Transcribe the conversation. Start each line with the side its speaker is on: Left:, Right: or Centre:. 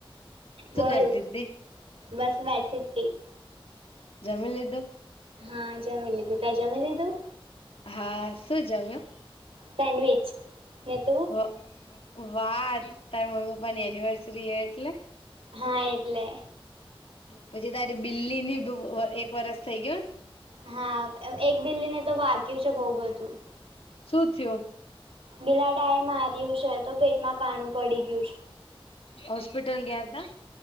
Left: શું
Right: બોલ
Left: કરતી તી
Right: બસ બેઠી તી
Left: જમી લીધું
Right: હા જમી લીધું તે જમી લીધું
Left: હા શું જમ્યો.
Right: સેન્ડવીચ ને તું.
Left: વા વાહ તારા મમ્મી પપ્પાની એનિવર્સરી હે એટલે.
Right: હા એટલે.
Left: પછી તારી બિલ્લી ની બ એક વર્ષ થઈ ગયો.
Right: હા એ એક બિલ્લી ને તો વાગ્યું છે બહુ બધું.
Left: શું થયું.
Right: બિલાડા એ માર્યું છે તો પેટમાં કાણું પડી ગયું છે.
Left: હોસ્પિટલ ગયા તા.